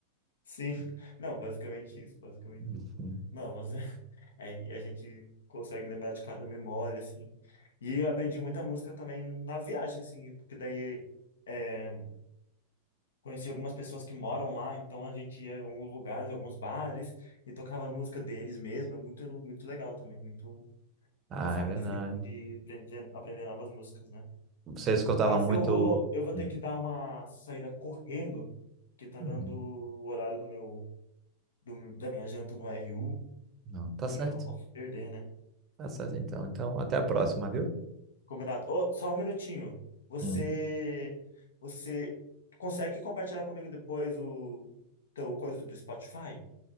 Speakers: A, on the left (about 65°); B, on the right (about 30°).
A: Sim. Não, basicamente isso, basicamente
B: Uhum.
A: isso. Não, mas é, <laughs> é, e a gente consegue lembrar de cada memória, assim. E eu aprendi muita música também na viagem, assim, porque daí é, conheci algumas pessoas que moram lá, então a gente ia em alguns lugares, alguns bares, e tocava a música deles mesmo. É muito, muito legal também, muito
B: Ah,
A: uma forma
B: é verdade.
A: diferente de aprender, aprender novas músicas, né?
B: Você escutava
A: Mas
B: muito.
A: eu vou, eu vou
B: Hum.
A: ter que dar uma saída correndo, que tá
B: Uhum.
A: dando o horário do meu do- da minha janta no RU
B: Não, tá certo.
A: e eu não posso perder, né?
B: Tá certo, então. Então, até a próxima, viu?
A: Combinado. Ô, só um minutinho. Você,
B: Hum.
A: você consegue compartilhar comigo depois o teu coisa do Spotify?